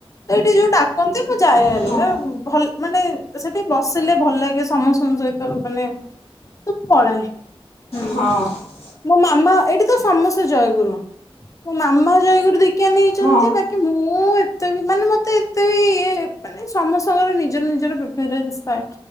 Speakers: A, on the left (about 35°); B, on the left (about 80°).
A: ତ ଏଇଠି ଯୋଉ ଡାକନ୍ତି ମୁଁ ଯାଏ ହେରି
B: ହଁ।
A: ହେ ଭଲ ମାନେ ସେଠି ବସିଲେ ଭଲ ଲାଗେ ସମସ୍ତଙ୍କ ସହିତ। ତ ମାନେ ତ ପଳାଏ। ହୁଁ
B: ହଁ।
A: ମୋ ମାମା ଏଇଠି ତ ସମସ୍ତେ ଜୟଗୁରୁ। ମୋ ମାମା ଜୟଗୁରୁ ଦିକ୍ୟା ନେଇଚନ୍ତି
B: ହଁ
A: ବାକି ମୁଁ। ଏତେ ବି ମାନେ ମତେ ଏତେ ବି ଇଏ ମାନେ ସମସ୍ତଙ୍କର ନିଜର ନିଜର ପ୍ରିଫରେନ୍ସ ଥାଏ।